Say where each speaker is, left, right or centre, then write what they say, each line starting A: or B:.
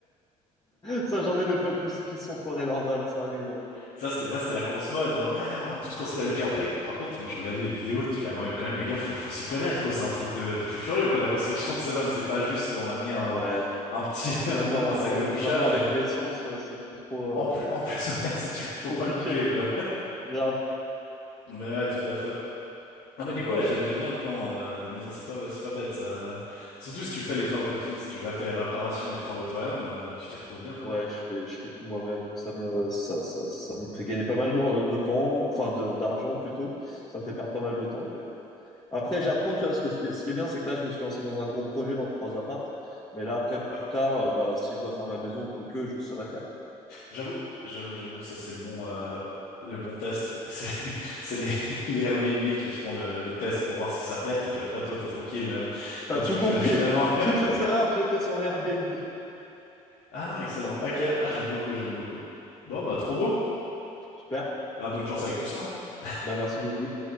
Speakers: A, on the left; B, on the left.
A: Ça, j'en ai des potes qui qui se sont foirés leurs vannes, ça arrive.
B: Ça, c'était ouais, c'était la grosse mode. hein. Ouais, on va tous construire. Et puis après, par contre, moi, je regardais les vidéos. Tu l'as, ouais, quand même, les gars, faut, faut s'y connaître, quoi. C'est un truc de, de fou furieux, quoi. La construction de ce van, c'est pas juste. On a mis un,
A: Ouais.
B: un petit
A: Et puis maintenant,
B: <laughs> un sac de couchage.
A: et puis maintenant avec l'essence, euh, c'est plus trop
B: En plus, en plus, <laughs> ouais, si tu, veux, faut
A: euh, compliqué.
B: pas le bouger, quoi.
A: Grave.
B: Mais ouais, tout à fait. Ah bah du
A: Bah,
B: coup ouais,
A: c'est
B: j'ai- j'aime
A: cool.
B: bien le plan euh, des maisons, c'est pas c'est pas bête ça. Surtout si tu fais les travaux comme je dis, si tu fais les réparations, les travaux toi-même, euh, tu t'y retrouves bien quoi.
A: Ouais, je fais, je fais tout moi-même, donc ça me, ça, ça, ça me fait gagner pas mal de, de temps, enfin de, d'argent plutôt. Ça me fait perdre pas mal de temps. mais- Après, j'apprends, tu vois, ce que, ce qui est ce qui est bien, c'est que là, je me suis lancé dans un gros projet dans trois appartes. Mais là, après, plus
B: Ouais,
A: tard, euh, bah, si je dois faire ma maison ou que, je saurais faire.
B: j'avoue, j'avoue, j'avoue, ça c'est le bon euh, le bon test. C'est <laughs> c'est les <laughs> les Airbnb qui feront le, le test pour voir si ça pète et puis après toi t'es tranquille euh,
A: T'as
B: quand tu
A: tout
B: le
A: compris.
B: fais <laughs> finalement.
A: Toutes les erreurs que j'ai fait sur les Airbnb.
B: Ah non, excellent. Ok, ah j'aime beaucoup, j'aime beaucoup. Bon bah trop beau.
A: Super.
B: Bah bonne chance avec tout ça. hein.
A: Bah, merci beaucoup.